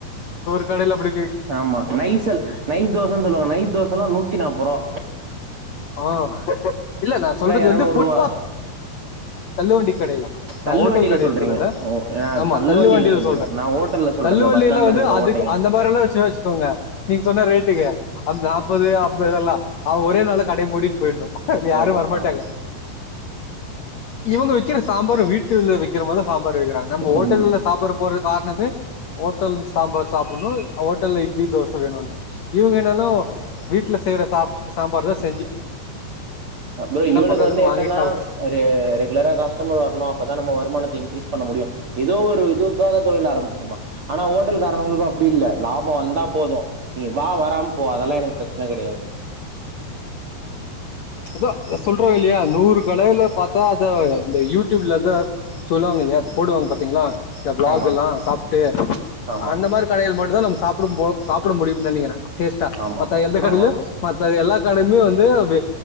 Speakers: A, on the left; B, on the right.
A: க <unintelligible> அடி
B: ஆமா நைசல் நைஸ் தோசைன்னு சொல்லுவாங்க நைஸ் தோசை எல்லாம் நூத்தி நாற்பது ரூபா
A: ஆஹ இல்ல நான் சொல்றது
B: எரநூறு
A: வந்து புட்பா
B: ரூவா
A: தல்லுவண்டி கடையில நான்
B: தள்ளு
A: ஹோட்டல்
B: வண்டில
A: கடைய்ல
B: சொல்றீங்க
A: சொல்லல
B: ஓ நா
A: ஆமா தள்ளு
B: வண்டில
A: வண்டியில
B: சொல்லுங்க
A: சொல்றேன்
B: நா ஓட்டல்ல சொல்றே
A: தள்ளு
B: இந்த
A: வண்டியில
B: பஸ் ஸ்டாண்ட்ல
A: வந்து
B: இருக்கிற
A: அதுக்கு
B: ஓட்டைகள்
A: அந்த மாதிரி எல்லாம் வச்சு வச்சுக்கோங்க நீங்க சொன்ன ரேட்டுக்கு அது நாற்பது அம்பெல்லாம் அவ ஒரே நாளைக்கு கடை மூ போயி
B: ஆ போயிட்ணு
A: யாரும் வரமாட்டாங்க
B: அவ்ளோ
A: இவங்க வைக்கிற சாம்பாரும் வீட்டு வைக்கிறமாதிரிதான் சாம்பார் வைக்கிறங்க நம்ம
B: சம்
A: ஹோட்டல சாப்படு போறது காரம் ந ஓட்டல் சாம்பார் சாப்னுனோய் அயோட் ஹோட்டல்ல இட்லித் தோச வேனுவாக இவங்க என்னனா ஒ வீட்ல செய்ற சாப் சாம்பாடுதஸ்
B: ப்ரோ இவனுக்கு
A: பண்றதுன்னு
B: வந்து என்னன்னா
A: வாங்கி சாப்பிட்டு
B: ரெ ரெகுலரா கஸ்டமர் வரணு அப்பதா நம்ம வருமானத்த இங் கிரீஸ் ஸ் பண்ண முடியு எதோ ஒரு இதுவுக்கோ அந்த தொழில் ஆரம் <unintelligible> ஆனா ஓட்டல் காரனுங்களுக்கோ அப்டி இல்ல லாப வந்தா போது நீ வா வராம போ அதெல்லா எனக்கு பெரச்சன கெடையாது
A: அதா இத சொல்றோயில்லையா நூறு <unintelligible> பாத்தா அத இந்த யூடிப்ல எதோ சொல்லுவாங்கயில்லயா போடுவாங்க பாத்தீங்களா இந்த பிளாக்கெல்லா
B: ஆமா
A: சாப்ட்டு
B: ஆமா
A: அந்த மாரி கடைகள் மட் இதா நம் சாப்படு போலு சாப்ட முடியும்னு நெனைகிறே டேஸ்த்தா
B: ஆமா
A: மத்த எந்த கடையிலுயு
B: ஆமா
A: மத்த எல்லா கடையுமே வந்து வே